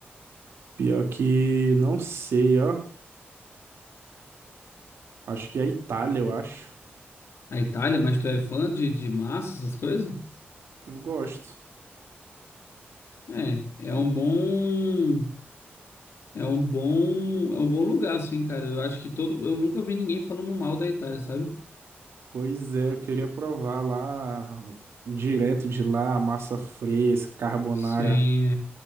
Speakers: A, on the right; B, on the left.
A: Pior que não sei, ó. Acho que é a Itália, eu acho.
B: A Itália, mas tu é fã de, de massa, essas coisas?
A: Eu gosto.
B: É, é um bom. É um bom, é um bom lugar, assim, cara. Eu acho que todo, eu nunca vi ninguém falando mal da Itália, sabe?
A: Pois é, eu queria provar lá direto de lá, massa fresca, carbonara.
B: Sim,